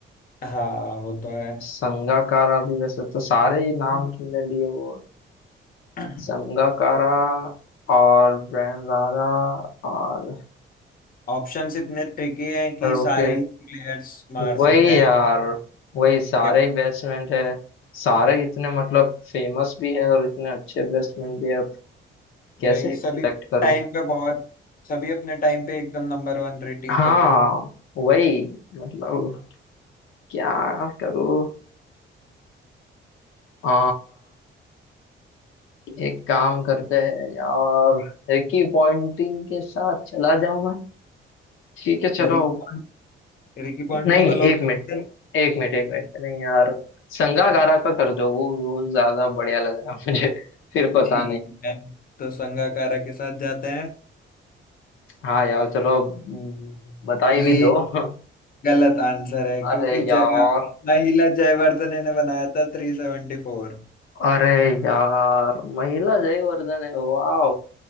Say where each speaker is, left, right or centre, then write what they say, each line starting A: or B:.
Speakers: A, on the left; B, on the left.
A: हाँ वो तो है
B: संगाकारा भी वैसे तो सारे ही नाम तुमने लिए वो
A: <clears throat>
B: संगाकारा और ब्रेन लारा और
A: ऑप्शंस इतने ट्रिकी हैं कि
B: रोके
A: सारे ही प्लेयर्स मार
B: वही
A: सकते
B: यार वही सारे
A: हैं
B: ही बेसमेंट है सारे इतने मतलब फेमस भी है और इतने अच्छे बेसमेंट भी है अब कैसे
A: वही सभी
B: सिलेक्ट करूं
A: टाइम पे बहुत सभी अपने टाइम पे एकदम नंबर वन रेटिंग
B: हाँ
A: पे थे
B: वही मतलब क्या करूं आ, एक काम करते हैं यार एक ही पॉइंटिंग के साथ चला जाऊं मैं ठीक है
A: तो
B: चलो
A: रिकी रिकी पॉन्टिंग
B: नहीं
A: को लॉक
B: एक मिनट
A: करते हैं?
B: एक मिनट एक मिनट नहीं यार संगाकारा का कर दो वो वो ज्यादा बढ़िया लग रहा है मुझे <laughs> फिर पता
A: ठीक
B: नहीं
A: है तो संगाकारा के साथ जाते हैं
B: हाँ यार चलो अब हम्म, बताई
A: ये
B: भी दो <laughs>
A: गलत आंसर है
B: अरे
A: क्योंकि
B: यार
A: जय महिला जयवर्धने ने बनाया था थ्री सेवेंटी फोर
B: अरे यार महिला जयवर्धन है वाह